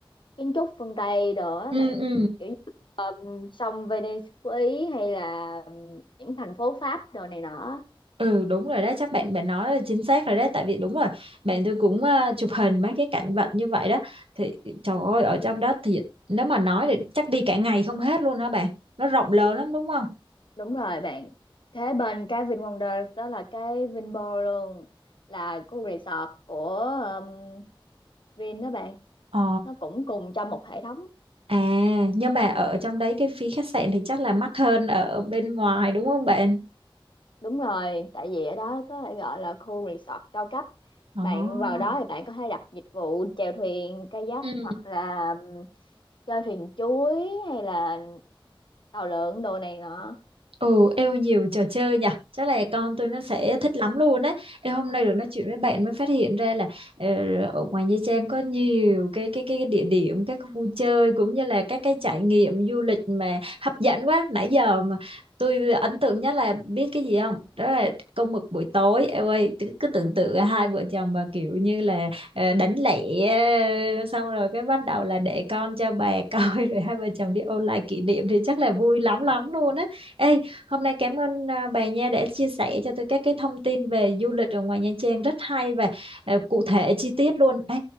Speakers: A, on the left; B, on the right.
A: kiến trúc phương Tây đồ á
B: ừ
A: bạn
B: ừ
A: kiểu như sông Venice của Ý hay là những thành phố Pháp đồ này nọ
B: Ừ đúng rồi đó chắc bạn bạn nói là chính xác rồi đấy tại vì đúng rồi bạn tôi cũng ờ, chụp hình mấy cái cảnh vật như vậy đó thì trời ơi ở trong đó thì nếu mà nói thì chắc đi cả ngày không hết luôn hả bạn nó rộng lớn lắm đúng không
A: đúng rồi bạn thế bên cái VinWonder đó là cái Vinpearl luôn là khu resort của um, Vin đó bạn
B: Ờ
A: nó cũng cùng trong một hệ thống
B: à nhưng mà ở trong đấy cái phí khách sạn thì chắc là mắc hơn ở bên ngoài đúng không bạn
A: Đúng rồi, tại vì ở đó có thể gọi là khu resort cao cấp.
B: Ồ.
A: Bạn vào đó thì bạn có thể đặt dịch vụ chèo thuyền, kayak
B: Ừ.
A: hoặc là ừm, chơi thuyền chuối hay là tàu lượn đồ này nọ.
B: Ừ, yêu nhiều trò chơi nhỉ. Chắc là con tôi nó sẽ thích lắm luôn đấy. Em hôm nay được nói chuyện với bạn mới phát hiện ra là ờ, ở ngoài Nha Trang có nhiều cái cái cái địa điểm, các khu chơi cũng như là các cái trải nghiệm du lịch mà hấp dẫn quá. Nãy giờ mà tôi ấn tượng nhất là biết cái gì không? Đó là câu mực buổi tối. Em ơi, cứ, cứ tưởng tượng hai vợ chồng mà kiểu như là ờ, đánh lẻ ờ, xong rồi cái bắt đầu là để con cho bà coi <laughs> rồi hai vợ chồng đi ôn lại kỷ niệm thì chắc là vui lắm lắm luôn á. Ê, Hôm nay cảm ơn à, bà Nha đã chia sẻ cho tôi các cái thông tin về du lịch ở ngoài Nha Trang rất hay và à, cụ thể chi tiết luôn. Ê,